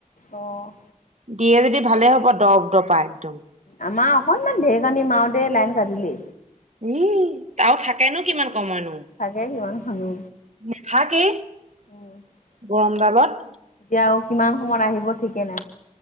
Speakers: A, on the left (about 80°); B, on the right (about 60°).
A: অঁ
B: দিয়ে যদি ভালে হ'ব দব দপা একদম
A: আমাৰ অকনমান ঢেৰকানি মাও দে লাইন কাটিলি
B: উম ত থাকেনো কিমান কমাইনো
A: তাগে কিমান খানো
B: নেভাগে
A: <unintelligible>
B: গৰমডালত
A: এতিয়াও কিমান সময়ত আহিব ঠিকে নাই